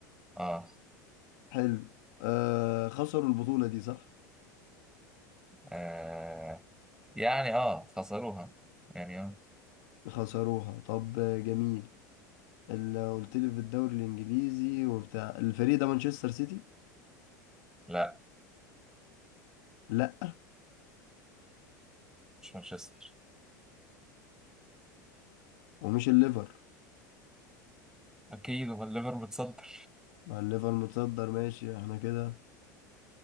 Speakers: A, in the centre; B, on the left.
A: اه,
B: حلو آه خسروا البطولة دي صح
A: آه. يعني اه خسروها يعني اه
B: خسروها طب آه، جميل اللي قلت لي في الدوري الانجليزي وبتاع الفريق ده مانشستر سيتي
A: لا
B: لا
A: مش مانشستر
B: ومش الليفر
A: اكيد هو الليفر متصدر
B: مع الليفر متصدر ماشي احنا كده